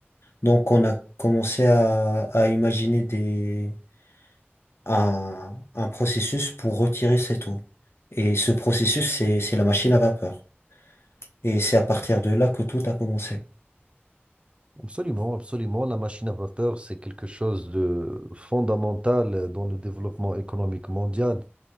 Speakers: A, on the left; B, on the right.
A: Donc on a commencé à, à imaginer des, un, un processus pour retirer cette eau. Et ce processus, c'est, c'est la machine à vapeur. Et c'est à partir de là que tout a commencé.
B: Absolument, absolument. La machine à vapeur, c'est quelque chose de fondamental dans le développement économique mondial.